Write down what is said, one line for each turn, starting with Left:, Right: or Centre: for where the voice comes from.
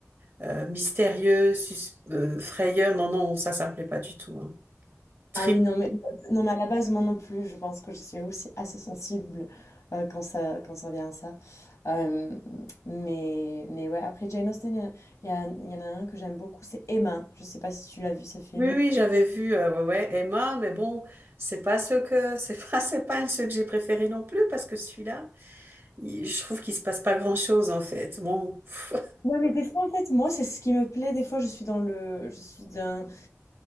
Right: euh, mystérieux, sus- euh, frayeur, non, non, ça, ça me plaît pas du tout. hein. Triste.
Left: Ah oui, non mais, non mais à la base, moi non plus, je pense que je suis aussi assez sensible euh, quand ça, quand ça vient à ça. Euh, mais, mais ouais, après Jane Austen, il y, a- il y a- il y en a un que j'aime beaucoup, c'est Emma. Je sais pas si tu l'as vu ce film.
Right: Oui, oui, j'avais vu euh, ouais, ouais, Emma, mais bon, c'est pas ce que, c'est pas, <laughs> c'est pas ce que j'ai préféré non plus parce que celui-là. il- je trouve qu'il se passe pas grand-chose en fait. Bon, pff,
Left: Ouais, mais des fois, en fait, moi, c'est ce qui me plaît. Des fois, je suis dans le, je suis d'un,